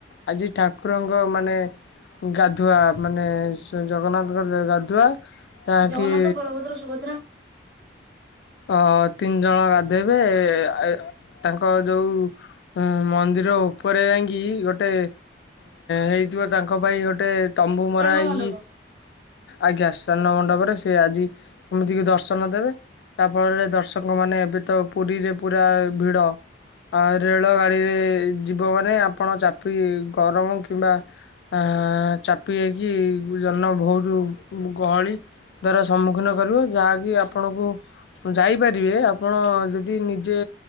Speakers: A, on the left; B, on the right.
A: ଆଜି ଠାକୁରଙ୍କ ମାନେ ଗାଧୁଆ ମାନେ ସ ଜଗନ୍ନାଥଙ୍କ ଗାଧୁଆ ଯହାକି
B: ଜଗନ୍ନାଥ ବଳଭଦ୍ର ସୁଭଦ୍ରା
A: ଅ ତିନି ଜଣ ଗାଧେଇବେ ଆ ତାଙ୍କ ଯେଉଁ ଏଁ ମନ୍ଦିର ଉପରେ ଯାଇଁକି ଗୋଟେ ହେଇ ଯିବ ତାଙ୍କ ପାଇଁ ଗୋଟେ ତମ୍ବୁ
B: ସ୍ନାନ
A: ମରା ହେଇକି
B: ମଣ୍ଡପ
A: ଆଜ୍ଞା ସାନ୍ନ ମଣ୍ଡପରେ ସେ ଆଜି ସମସ୍ତଙ୍କୁ ଦର୍ଶନ ଦେବେ ଯାହା ଫଳରେ ଦର୍ଶକ ମାନେ ଏବେ ତ ପୁରୀରେ ପୁରା ଭିଡ ଆଉ ରେଳ ଗାଡ଼ିରେ ଯିବ ମାନେ ଆପଣ ଚାପିକ ଗରମ କିମ୍ବା ଆଁ ଆଁ। ଚାପି ହେଇକି ଜନ ବହୁତୁ ଗହଳି ଦ୍ଵାରା ସମ୍ମୁଖୀନ କରିବ ଯାହାକି ଆପଣଙ୍କୁ ଯାଇପାରିବେ ଆପଣ ଯଦି ନିଜେ